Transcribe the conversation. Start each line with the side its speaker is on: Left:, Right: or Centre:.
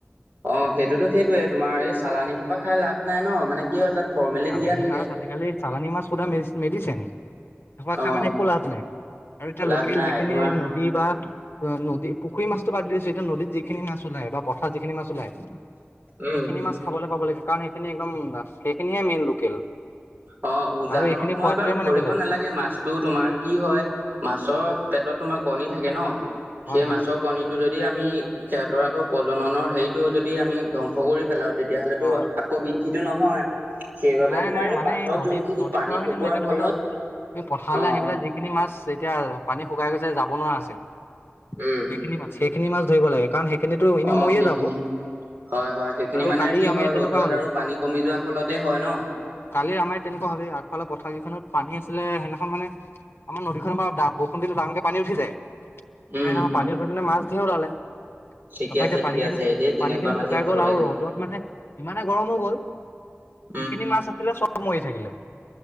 Right: অ সেইটোতো সেইটোৱে তোমাৰ এই চালানী সোপা খাই লাভ নাই ন মানে কি হয় তাত ফৰ্মেলিন
Left: চালানী
Right: দিয়া থাকে
Left: মাছ আজিকালি চালানী মাছ সোধা মেডিচন সেইখোপা
Right: অ
Left: খাই মানে একো লাভ নাই আৰু এতিয়া
Right: লাভ
Left: লোকেল
Right: নাই
Left: যিখিনি
Right: তোমাৰ
Left: নদী বা নদী পুখুৰী মাছটো বাদ দিছো এতিয়া নদীত যিখিনি মাছ ওলায় বা পথাৰ যিখিনি মাছ ওলায়
Right: উম,
Left: সেইখিনি মাছ খাবলৈ পাব লাগে কাৰণ সেইখিনি একদম সেইখিনিহে মেইন লোকেল
Right: অ উজানৰ
Left: আৰু এইখিনি
Right: সময়ত
Left: সোৱাদটোৱে
Right: বাৰু
Left: মানে
Right: ধৰিব
Left: বেলেগ
Right: নালাগে মাছটো তোমাৰ কি হয় মাছৰ পেটত তোমাৰ কণী থাকে ন
Left: হয়
Right: সেই
Left: হয়
Right: মাছৰ
Left: হয়
Right: কণীটো যদি যদি আমি সিহঁতৰ আকৌ প্ৰজননৰ সেইটো যদি আমি ধ্বংস কৰি পেলাও তেতিয়াহলেতো
Left: অ অ
Right: আকৌ বৃদ্ধিটো নহয় সেইবাবে
Left: নাই
Right: তোমাৰ
Left: নাই
Right: এই
Left: মানে
Right: পাছত
Left: নদীত
Right: যোনখিনি
Left: নদীত
Right: পানী
Left: থকা খিনি
Right: শুকোৱাৰ
Left: নহয়, এতিয়া
Right: ফলত
Left: ধৰি লোৱা এই পথাৰলৈ
Right: অ'
Left: আহি পেলাই যিখিনি মাছ এতিয়া পানী শুকাই গৈছে যাব নোৱাৰা আছে সেইখিনি
Right: উম,
Left: মাছ সেইখিনি মাছ ধৰিব লাগে কাৰণ সেইখিনিতো এনেও
Right: অ'
Left: মৰিয়ে
Right: সেইখিনি
Left: যাব
Right: হয় হয় সেইখিনি
Left: আৰু
Right: মানে
Left: কালি
Right: কি
Left: আমাৰ
Right: হয়
Left: ইয়াত তেনেকুৱা
Right: ৰ'দত
Left: হ'ল
Right: আৰু পানী কমি যোৱা ফলতে হয় ন।
Left: উম কালি আমাৰ তেনেকুৱা হ'লে আগফালৰ পথাৰ কেইখনত পানী আছিলে সেইদিনাখন মানে আমাৰ নদীখনৰ বা বৰষুণ দিলে ডাঙকে পানী উঠি যায়
Right: উম,
Left: পানী হয় পানী উঠোতে মাছ ধেই ওলালে তাৰপা
Right: ঠিকে আছে,
Left: এতিয়া
Right: ঠিকে
Left: পানী খিনি
Right: আছে দেই তেনেকুৱা
Left: পানী খিনি
Right: মাছেই
Left: শুকাই
Right: খাব
Left: গ'ল
Right: লাগে
Left: আৰু ৰ'দত মানে ইমানে গৰম হৈ গ'ল
Right: <inaudible>
Left: যিখিনি মাছ আছিলে চব মৰি থাকিলে